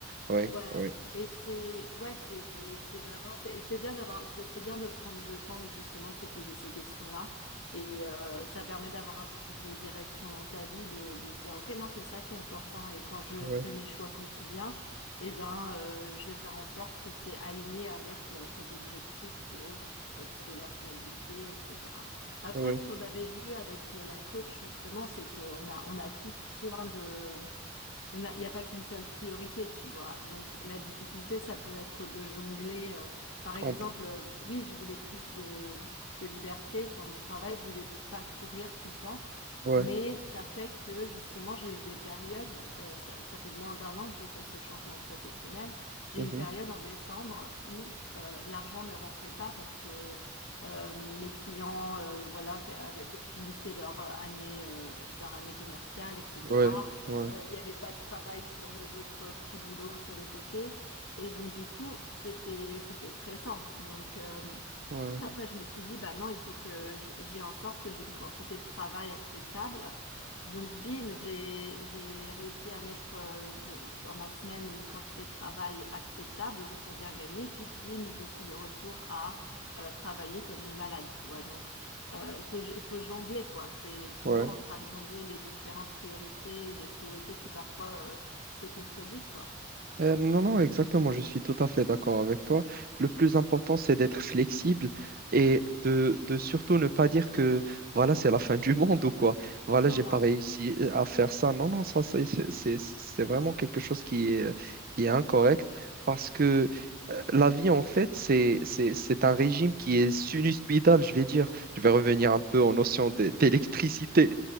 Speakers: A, on the right; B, on the left.
A: Ouais,
B: Ouais,
A: ouais,
B: et c'est ouais, c'est c'est vraiment c'est c'est bien d'avoir c'est bien de prendre le temps de, justement de se poser ces questions-là et euh, ça permet d'avoir un peu plus de direction dans sa vie de de se dire OK, non, c'est ça qui est important et quand je
A: ouais,
B: fais mes choix quotidiens, eh ben euh, je vais faire en sorte que c'est aligné avec euh, cet objectif de euh, trouver la stabilité, etc. Après,
A: ouais,
B: ce qu'on avait vu avec euh, la coach justement, c'est que on a on a tous plein de il n'y a, il y a pas qu'une seule priorité, tu vois. Donc la difficulté, ça peut être de jongler. euh, par exemple,
A: on-
B: euh, oui, je voulais plus de, de liberté dans mon travail, je voulais pas courir tout le temps.
A: ouais,
B: Mais ça fait que justement, j'ai eu des périodes, euh, ça, ça fait moins d'un an que j'ai fait ce changement professionnel. J'ai
A: mhm,
B: eu une période en décembre où euh, l'argent ne rentrait pas parce que euh, mes clients euh, voilà, fait- avec- finissaient leur année, euh, leur année commerciale, etc.
A: ouais, ouais,
B: Euh, Il n'y avait pas de travail sur mes autres petits boulots sur le côté. Et donc, du coup, c'était, c'était stressant. Donc, euh,
A: ouais,
B: après, je me suis dit, bah non, il faut que j- j'ai en sorte que j'ai une quantité de travail acceptable. Donc, bim, j'ai j'ai réussi à mettre euh, de- dans ma semaine une quantité de travail acceptable pour bien gagner. Puis, bim, je suis de retour à euh, travailler comme une malade, tu vois. Donc, euh, il faut il faut jongler, quoi. C'est toujours
A: ouais.
B: en train de jongler les différentes priorités, les priorités qui parfois euh, se contredisent, quoi.
A: Euh, non, non, exactement, je suis tout à fait d'accord avec toi. Le plus important, c'est d'être flexible et de, de surtout ne pas dire que voilà, c'est la <laughs> fin du monde ou quoi. Voilà,
B: Voilà.
A: j'ai pas réussi euh, à faire ça. Non, non, ça, c'est c'est- c'est- c'est vraiment quelque chose qui est, euh, qui est incorrect parce que euh, la vie, en fait, c'est c'est- c'est un régime qui est sinusoïdal, je vais dire. Je vais revenir un peu en notion d'é- d'électricité.